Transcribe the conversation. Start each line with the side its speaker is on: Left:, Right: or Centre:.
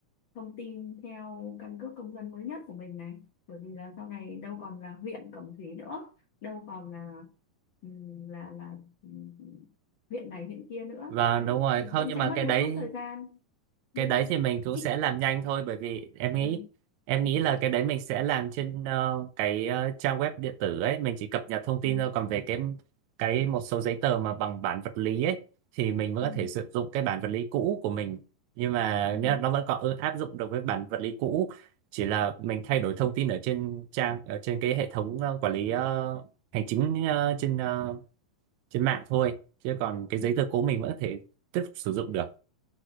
Left: thông tin theo căn cước công dân mới nhất của mình này bởi vì là sau này đâu còn là huyện Cẩm Thủy nữa đâu còn là ừm, là là ừm, huyện này huyện kia nữa
Right: Vâng
Left: đấy
Right: đúng rồi
Left: thì
Right: không
Left: cũng
Right: nhưng
Left: sẽ
Right: mà
Left: mất
Right: cái
Left: một
Right: đấy
Left: chút thời gian nhưng
Right: cái đấy thì mình cũng
Left: chị
Right: sẽ làm nhanh thôi bởi vì em nghĩ
Left: ừ,
Right: em nghĩ là cái đấy mình sẽ làm trên ờ, cái ờ, trang web điện tử ấy mình chỉ cập nhật thông tin
Left: ừ,
Right: thôi còn về cái cái một số giấy tờ mà bằng bản vật lý ấy thì mình vẫn
Left: ừ,
Right: có thể sử dụng cái bản vật lý cũ của mình nhưng mà
Left: ừ,
Right: nhá, nó vẫn còn ư- áp dụng được với bản vật lý cũ chỉ là mình thay đổi thông tin ở trên trang ở trên cái hệ thống ờ, quản lý ờ, hành chính ờ, trên ờ, trên mạng thôi chứ còn cái
Left: ừ.
Right: giấy tờ cố mình vẫn có thể tiếp tục sử dụng được